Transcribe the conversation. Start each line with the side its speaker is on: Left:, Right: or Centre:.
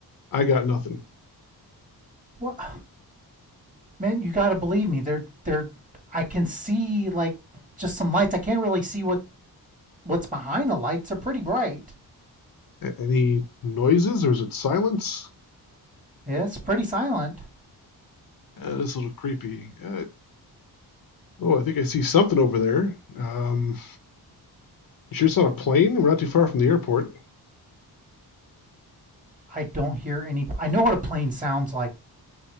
Left: I got nothing.
Right: What? Man, you got to believe me. They're they're I can see like just some lights. I can't really see what what's behind the lights. They're pretty bright.
Left: any noises or is it silence?
Right: Yeah, it's pretty silent.
Left: Uh, this is a little creepy. Uh, oh, I think I see something over there. Um, you sure it's not a plane? We're not too far from the airport.
Right: I don't hear any I know what a plane sounds like,